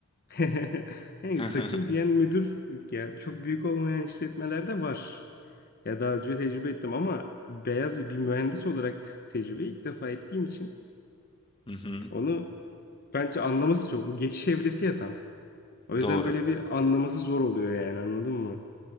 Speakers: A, on the left; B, on the left.
A: <laughs> yani
B: <laughs>
A: takıl diyen müdür ya çok büyük olmayan işletmelerde var. Ya daha önce tecrübe ettim ama beyaz bir mühendis olarak tecrübe ilk defa ettiğim için
B: Hı hı,
A: onu bence anlaması çok. Bu geçiş evresi ya tam. O yüzden
B: Doğru.
A: böyle bir anlaması zor oluyor yani anladın mı?